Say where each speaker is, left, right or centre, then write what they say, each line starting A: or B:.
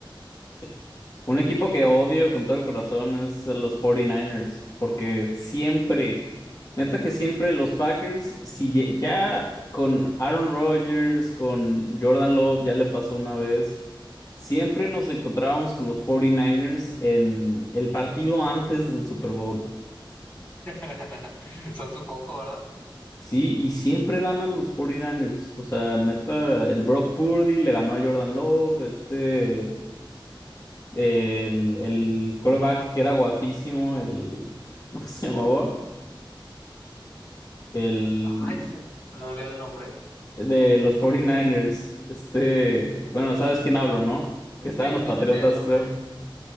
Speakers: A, on the left; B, on the left.
A: Sí. Un equipo que odio con todo el corazón es los 49 Niners porque siempre, neta que siempre los Packers, si ye- ya con Aaron Rodgers, con Jordan Love, ya le pasó una vez, siempre nos encontrábamos con los 49 Niners en el partido antes del Super Bowl.
B: <laughs> Son su coco, ¿verdad?
A: Sí, y siempre ganan los 49 Niners, O sea, neta, el Brock Purdy le ganó a Jordan Love, este... El, el quarterback que era guapísimo, el, <laughs> ¿cómo se llamaba? El
B: Ay, se, se me olvidó el nombre.
A: de los 49ers. Este, bueno, sabes quién hablo, ¿no? Que estaba
B: Sí,
A: en los
B: sí,
A: Patriotas,
B: sí, sí, el nombre.
A: creo.